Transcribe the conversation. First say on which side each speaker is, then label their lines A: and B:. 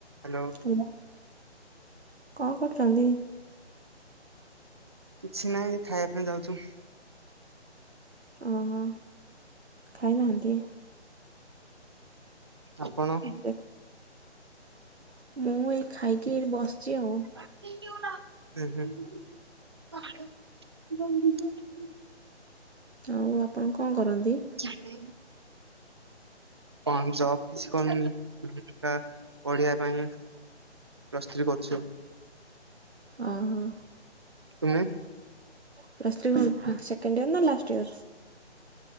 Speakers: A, on the right; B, on the right.
A: Hello.
B: <inaudible> କଣ କରୁଛନ୍ତି?
A: କିଛି ନାହିଁ, ଏ ଖାଇବା ପାଇଁ ଯାଉଚୁ।
B: ଓ ହୋ, ଖାଇନାହାନ୍ତି?
A: ଆପଣ
B: ଦେଖ ମୁଁ ଏଇ ଖାଇକି ଏଇଠି ବସଛି ଆଉ।
A: <inaudible>
B: ଆଉ ଆପଣ କଣ କରନ୍ତି?
A: ଚାକିରି କଣ ଜବ କିଛି କନ ହେଲା ପଢିବା ପାଇଁ ପ୍ଲସ ଥ୍ରୀ କରୁଛ?
B: ଓହୋ।
A: ତୁମେ?
B: ପ୍ଲସ୍ ଥ୍ରୀ କଣ ସେକଣ୍ଡ ଇୟର ନା ଲାଷ୍ଟ ଇୟର?